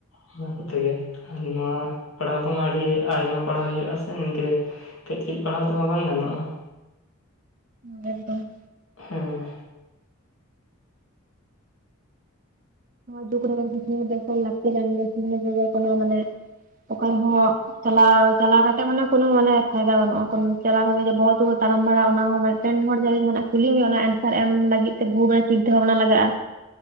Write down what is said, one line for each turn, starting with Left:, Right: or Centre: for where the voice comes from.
Left: ᱚᱱᱟ ᱠᱚᱛᱮ ᱜᱮ ᱟᱨ ᱱᱚᱣᱟ ᱯᱟᱲᱦᱟᱣ ᱠᱚᱢᱟ ᱟᱹᱰᱤ ᱟᱭᱢᱟ ᱯᱟᱲᱦᱟᱣ ᱦᱩᱭᱩᱜᱼᱟ ᱥᱮ ᱱᱤᱝᱠᱟᱹ ᱠᱟᱹᱡ ᱠᱟᱹᱡ ᱯᱟᱲᱦᱟᱣ ᱛᱮᱢᱟ ᱵᱟᱝ ᱜᱟᱱᱚᱜᱼᱟ ᱾
Right: ᱮᱠᱫᱚᱢ ᱾
Left: ᱦᱮᱸ
Right: ᱡ ᱠᱚ ᱞᱠᱛᱤ ᱡ ᱥᱱ ᱡᱳ ᱢᱟᱱᱮ <unintelligible> ᱚᱠᱟ ᱨᱮᱦᱚᱸ ᱪᱟᱞᱟᱣ ᱪᱟᱞᱟᱣ ᱠᱟᱛᱮᱜ ᱢᱟᱱᱮ ᱠᱚᱱᱳ ᱢᱟᱱᱮ ᱯᱷᱟᱭᱫᱟ ᱵᱟᱹᱱᱩᱜᱼᱟ ᱠᱚᱱᱳ ᱪᱟᱞᱟᱣ ᱠᱟᱛᱮ ᱵᱚᱦᱚᱜ ᱛᱩᱞ ᱛᱟᱲᱟᱢ ᱵᱟᱲᱟᱜᱼᱟ ᱚᱱᱟ ᱦᱚᱸ ᱢᱮ ᱨᱮᱱ ᱦᱚᱲ ᱡ ᱡᱟᱦᱱᱟᱜ ᱠᱩᱞᱤ ᱦᱩᱭᱩᱜ ᱚᱱᱟ ᱮᱱᱥᱟᱨ <unintelligible> ᱮᱢ ᱞᱟᱹᱜᱤᱫ ᱛᱮ ᱵᱩ ᱪᱤᱱᱛᱟᱹ ᱵᱷᱟᱵᱱᱟ ᱞᱟᱜᱼᱟ᱾